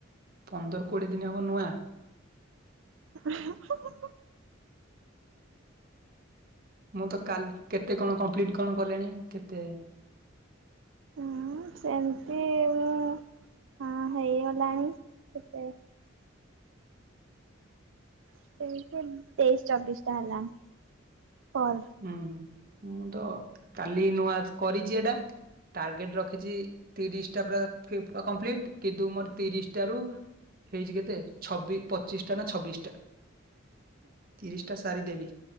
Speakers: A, on the right (about 45°); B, on the right (about 70°).
A: ପନ୍ଦର କୋଡ଼ିଏ ଦିନ ହବ ନୂଆ
B: ହୁଁ ହୁଁ ହୁଁ ହୁଁ
A: ମୁଁ ତ କାଲି କେତେ କଣ କମ୍ପ୍ଲିଟ୍ କଣ କଲେଣି କେତେ?
B: ହଁ ସେମିତି ହଁ ହେଇଗଲାଣି କେତେ? ସେଇ ତେଇଶ ଚବିଶଟା ହେଲାଣି କଲ
A: ହୁଁ ହୁଁ ମୁଁ ତ କାଲି ନୂଆ କରିଚି ଏଟା ଟାର୍ଗେଟ ରଖିଛି ତିରିଶଟା ପୁରା ଫିଫ୍ କମ୍ପ୍ଲିଟ କିନ୍ତୁ ମୋର ତିରିଶଟାରୁ ହେଇଚି କେତେ ଛବିଶ ପଚିଶଟା ନା ଛବିଶ ଟା ତିରିଶଟା ସାରିଦେବି